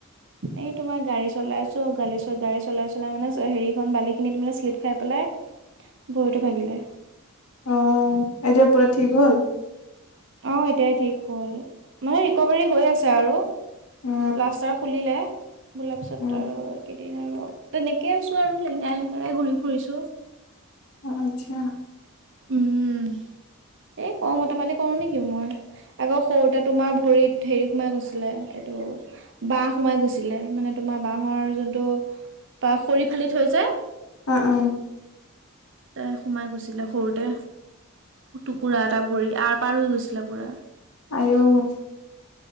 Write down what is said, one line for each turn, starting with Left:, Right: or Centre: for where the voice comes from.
Right: এই তোমাৰ গাড়ী চলাই আছো গালী চ গাড়ী চলাই-চলাই মানে হেৰিখন বালি খিনিত শ্লিপ খাই পেলাই বহুতো ভাগিলে।
Left: অ, এতিয়া পুৰা ঠিক হ'ল।
Right: অ, এতিয়াই ঠিক হ'ল মানে ৰিকভাৰী হৈ আছে আৰু।
Left: উম
Right: প্লাষ্টাৰ খুলিলে বুলাৰ পিছত
Left: উম
Right: আৰুই আৰু তেনেকে আছো আৰু লেঙৰা, লেঙে ঘূৰি ফুৰিছো।
Left: আচ্ছা।
Right: উম। এ ক মত পাতি কৰো নেকি মই আকৌ সৰুতে তোমাৰ ভৰিত হেৰি সোমাই গৈছিলে। ত, বাহ সোমাই গৈছিলে মানে তোমাৰ বাহৰ যোনটো বা খৰি ফালি থৈ য
Left: অ, উ।
Right: তাই সোমাই গৈছিলে সৰুতে টুকুৰা এটা ভৰি আৰু পাৰ হৈ গৈছিলে পুৰা।
Left: আঔ